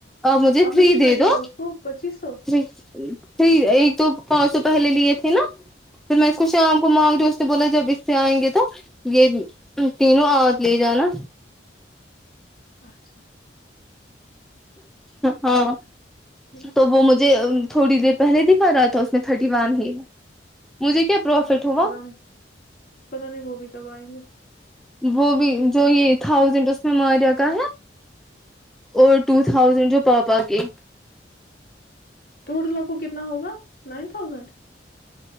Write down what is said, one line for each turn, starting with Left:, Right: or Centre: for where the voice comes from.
Centre: آپ مجھے تھری
Left: نے کتنا
Centre: دے
Left: دیا
Centre: دو
Left: اس کو پچیس سو
Centre: تھری پھر ایک تو پانچ سو پہلے لیے تھے نا پھر میں اس کو شام کو مانگ رہی جو اس نے بولا جب اس سے آئیں گے تو یہ تینوں آپ لے جانا
Left: اچھا
Centre: ہاں
Left: ٹھیک
Centre: تو وہ
Left: ٹھیک
Centre: مجھے تھوڑی دیر پہلے دکھا رہا تھا اس میں تھرٹی ون ہی ہے مجھے کیا پروفٹ ہوا
Left: پتا نہیں پتا نہیں وہ بھی کب آئیں گے
Centre: وہ بھی جو یہ تھاؤزینڈ اس میں ماریا کا ہے اور ٹو تھاؤزینڈ جوپا پا کے
Left: ٹوٹل آپ کو کتنا ہوگا nine thousand